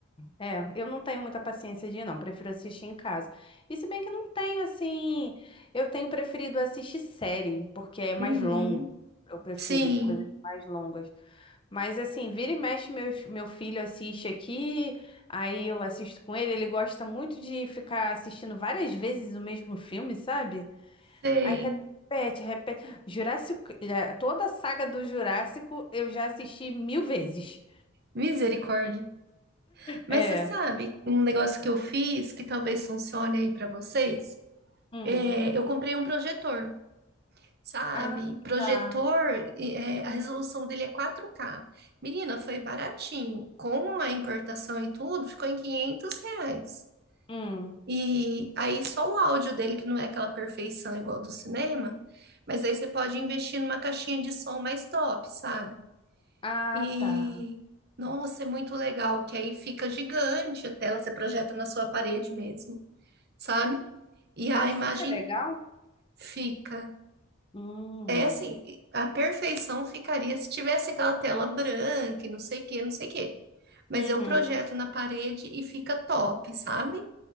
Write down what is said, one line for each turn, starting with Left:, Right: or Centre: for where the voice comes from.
Left: É, eu não tenho muita paciência de ir, não. Prefiro assistir em casa. E se bem que não tenho, assim. Eu tenho preferido assistir série, porque é mais
Right: Uhum.
Left: longo. Eu prefiro
Right: Sim,
Left: de coisas mais longas. Mas, assim, vira e mexe, meus, meu filho assiste aqui, aí eu assisto com ele. Ele gosta muito de ficar assistindo várias vezes o mesmo filme, sabe?
Right: sei.
Left: Aí repete, repete. Jurássico, eh, toda a saga do Jurássico eu já assisti mil vezes.
Right: Misericórdia. Mas
Left: É.
Right: você sabe, um negócio que eu fiz que talvez funcione aí para vocês,
Left: Hum.
Right: é, eu comprei um projetor, sabe?
Left: Ah,
Right: Projetor,
Left: tá.
Right: e, é, a resolução dele é 4K. Menina, foi baratinho. Com a importação e tudo, ficou em 500 reais.
Left: Hum.
Right: E aí só o áudio dele, que não é aquela perfeição igual do cinema, mas aí você pode investir numa caixinha de som mais top, sabe?
Left: Ah,
Right: E
Left: tá.
Right: nossa, é muito legal, que aí fica gigante a tela, você projeta na sua parede mesmo, sabe? E
Left: Mas
Right: a imagem
Left: fica legal?
Right: fica.
Left: Hum.
Right: É assim, a perfeição ficaria se tivesse aquela tela branca e não sei o que, não sei o que. Mas
Left: Uhum.
Right: eu projeto na parede e fica top, sabe?